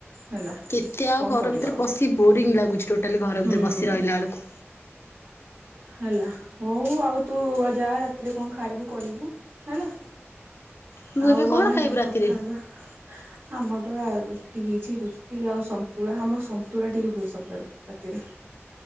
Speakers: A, on the right; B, on the left.
A: ହେଲା
B: କେତେ
A: କଣ
B: ଆଉ ଘର
A: କରିବା
B: ଭିତରେ
A: ଆଉ
B: ବସି ବୋରିଙ୍ଗ ଲାଗୁଛି ଟୋଟାଲି ଘର
A: ହୁଁ।
B: ଭିତରେ ବସି ରହିଲା ବେଳକୁ
A: ହେଲା ହଉ ଆଉ ତୁ ଯା ରାତିରେ କଣ ଖାଇବୁ କରିବୁ ହେଲା।
B: ତୁ
A: ଆଉ
B: ଏବେ କଣ
A: ଆମେ
B: ଖାଇବୁ ରାତିରେ?
A: କଥା ହବା। ଆମର ବା ରୁଟି ହେଇଛି ରୁଟି ଆଉ ସନ୍ତୁଳା ଆମର ସନ୍ତୁଳା ଟିକେ ହୁଏ ସବୁବେଳେ ରାତିରେ